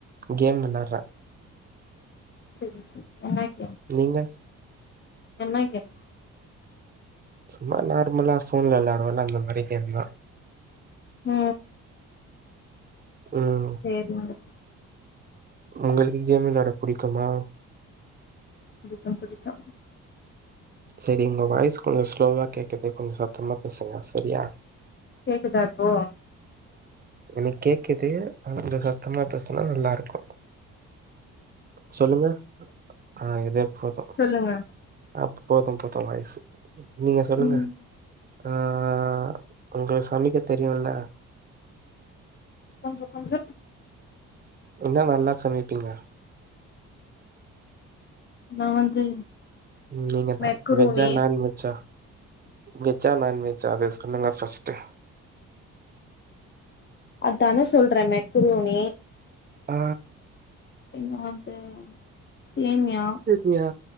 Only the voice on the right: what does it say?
கேம் விளாட்றே
நீங்க
சும்மா நார்மலா ஃபோன்ல வெளாடுவோல அந்த மாரி கேம் தா
ம்
ஒங்களுக்கு கேம் விளாட புடிக்குமா
சேரி உங்க வாய்ஸ் கொஞ்ச ஸ்லோவா கேக்குது கொஞ்ச சத்தமா பேசுங்க செரியா
எனக்கு கேக்குது ஆன கொஞ்ச சத்தமா பேசுனா நல்லா இருக்கு சொல்லுங்க ஆ இதே போது
அ போது போது வாயிஸு நீங்க சொல்லுங்க
ஆ ஆ உங்களுக்கு சமைக்க தெரியுல்ல
என்ன நல்லா சமைப்பீங்க
நீங்க தா
வெஜ்ஜா நான்வெஜ்ஜா வெஜ்ஜா நான் வெஜ்ஜா அத சொல்லுங்க ஃபஸ்ட்டு
ஆ
ம்மியா